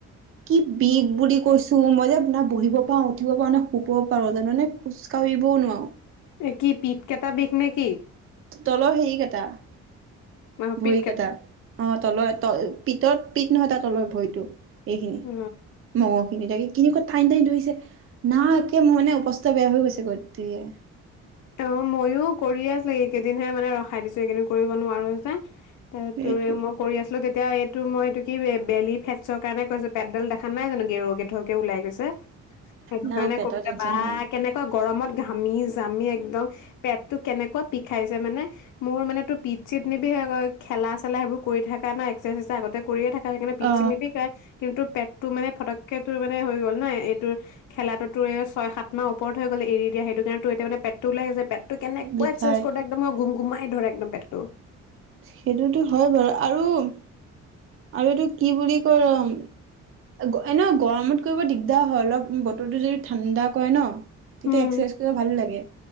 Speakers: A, on the right; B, on the left.
A: কি, বিষ বুলি কৈছোঁ। ত', -মই', যে না বহিব পাৰোঁ, না উঠিব পাৰোঁ না শুব পাৰোঁ জাননে? খোজ কাঢ়িবও নোৱাৰোঁ।
B: এ কি পিঠ কেইটা বিষ নেকি?
A: তলৰ হেৰিকেইটা
B: অ
A: ভৰি
B: পিত
A: কেইটা অ', তলৰ ত', পিতত। পিট নহয় তাৰ তলৰ ভৰিতো। এইখিনি
B: অ
A: মহৰ খিনি তাকে। কিনেকুৱা টানি - টানি ধৰিছে, না একে মোৰ মানে অৱস্থা বেয়া হৈ গৈছে গোটেই।
B: অ', মইয়ো কৰিয়ে আছোঁ, এইকেইদিনহে মানে ৰখাই দিছোঁ, এইকেইদিন কৰিব নোৱাৰো যে। অ'
A: সেইটোৱে
B: তোৰ, মই কৰি আছিলোঁ তেতিয়া। এতিয়া, এইটো মই, এইটো কি, বেলি-ফেটছৰ কাৰণে কৰিছোঁ পেটডাল দেখা নাই জানো, গেৰ- গেথক ওলাই গৈছে। সেটো
A: না
B: কাৰণে
A: মোৰ পেটৰ
B: কৰোঁ,
A: টেনচন
B: বাহ!
A: নাই
B: কেনেকুৱা গৰমত ঘামি- জামি একদম পেটটো কেনেকুৱা বিখাইছে মানে, মোৰ মানে তোৰ পিট চিত নিবিখায় গৈ, খেলা চেলা সেইবোৰ কৰি থকা ন', এক্সাৰচাইজ আগতে কৰিয়ে থকা হয় সেইকাৰণে পিট
A: অ
B: - চিট নিবিষাই, কিন্তু পেটটো মানে ফটককৈ তোৰ মানে হৈ গ'ল, না, এইটো খেলাতো তোৰ এই ছয়-সাত মাহ ওপৰত হৈ গ'ল এৰি দিয়া। সেইটো কাৰণে তোৰ এতিয়া মানে পেট টো উলাই গৈছে। পেটটো কেনেকুৱা
A: বিষাই
B: এক্সচাছাইজছ কৰোঁতে একদম মই গুম কোমাই ধৰে একদম পেটটো।
A: সেইটোতো হয় বাৰু। আৰু আৰু এইটো কি', বুলি কয়', এ', -ন', গৰমত কৰিব দিগদাৰ হয়', অলপ বতৰটো যদি ঠাণ্ডা কৰে ন', তেতিয়া
B: উম,
A: এক্সাৰচাইজ কৰিব ভাল লাগে